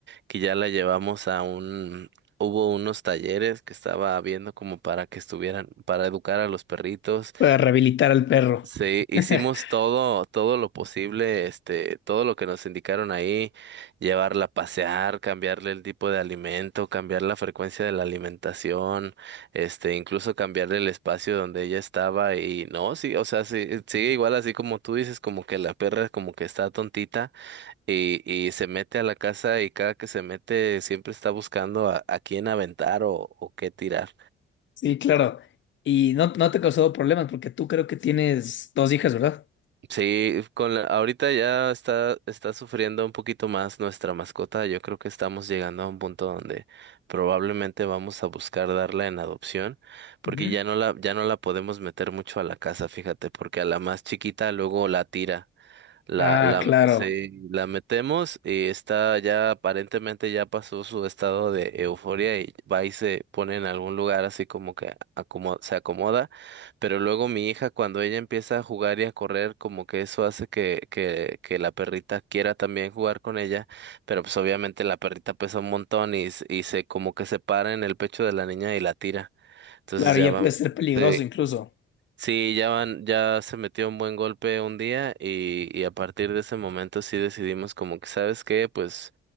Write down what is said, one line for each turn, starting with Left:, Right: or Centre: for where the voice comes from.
Right: que ya la llevamos a un, hubo unos talleres que estaba viendo como para que estuvieran, para educar a los perritos.
Left: Para rehabilitar al perro.
Right: Sí, hicimos
Left: <laughs>
Right: todo, todo lo posible, este, todo lo que nos indicaron ahí, llevarla a pasear, cambiarle el tipo de alimento, cambiar la frecuencia de la alimentación, este, incluso cambiarle el espacio donde ella estaba y no, sí, o sea, sí, sigue igual así como tú dices, como que la perra como que está tontita y, y se mete a la casa y cada que se mete siempre está buscando a, a quién aventar o, o qué tirar.
Left: Sí, claro. Y no, no te ha causado problemas porque tú creo que tienes dos hijas, ¿verdad?
Right: Sí, con la- ahorita ya está, está sufriendo un poquito más nuestra mascota. Yo creo que estamos llegando a un punto donde probablemente vamos a buscar darla en adopción, porque
Left: Ujú.
Right: ya no la, ya no la podemos meter mucho a la casa, fíjate, porque a la más chiquita luego la tira. La,
Left: Ah,
Right: la,
Left: claro.
Right: sí, la metemos y está ya, aparentemente ya pasó su estado de euforia y va y se pone en algún lugar así como que acomo- se acomoda, pero luego mi hija cuando ella empieza a jugar y a correr, como que eso hace que, que, que la perrita quiera también jugar con ella, pero pues obviamente la perrita pesa un montón y, s- y se como que se para en el pecho de la niña y la tira. Entonces
Left: Claro,
Right: ya
Left: ya
Right: va.
Left: puede ser peligroso
Right: eh,
Left: incluso.
Right: Sí, ya van, ya se metió un buen golpe un día y, y a partir de ese momento sí decidimos como que, ¿sabes qué? Pues